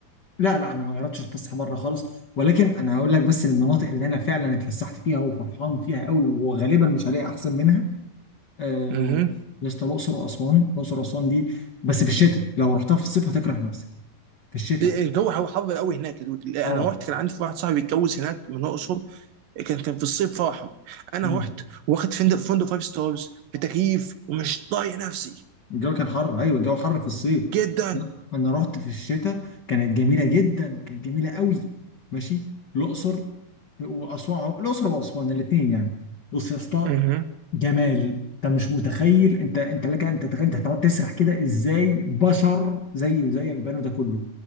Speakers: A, on the left; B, on the right.
A: لا لا انا ما جربتش اتفسح بره خالص ولكن انا هقول لك بس المناطق اللي انا فعلا اتفسحت فيها وفرحان فيها قوي وغالبا مش هلاقي احسن منها آه...
B: اها
A: يا اسطى الاقصر واسوان الاقصر واسوان دي بس في الشتاء لو رحتها في الصيف هتكره نفسك في الشتاء
B: إيه، إيه، الجو هو حر قوي هناك يا دود انا
A: اه
B: رحت كان عندي واحد صاحبي اتجوز هناك من الاقصر كان كان في الصيف فرحه انا
A: مم.
B: رحت واخد فندق فندق فايف ستارز بتكييف ومش طايق نفسي
A: الجو كان حر ايوه الجو حر في الصيف
B: جدا
A: لا، انا رحت في الشتاء كانت جميله جدا كانت جميله قوي ماشي الاقصر واسوان الاقصر واسوان الاثنين يعني بص يا اسطى
B: مهم.
A: جمال انت مش متخيل انت انت لك انت تخيل انت هتقعد تسرح كده ازاي بشر زيي وزيك بنوا ده كله